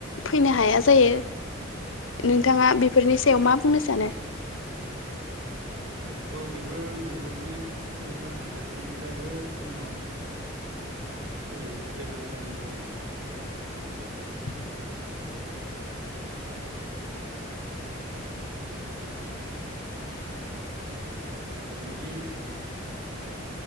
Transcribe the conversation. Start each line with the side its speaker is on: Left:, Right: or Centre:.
Left: फैनो हाया जायो नोंथाङा बे फोरनि सायाव
Right: औ
Left: मा बुंनो सानो?
Right: औ बेबो नंगौदि गुबुन हादोरनिफ्रायबो जोंनाव फैयो गोजान गोजाननिफ्राय।
Left: <unintelligible>
Right: बेन्दि।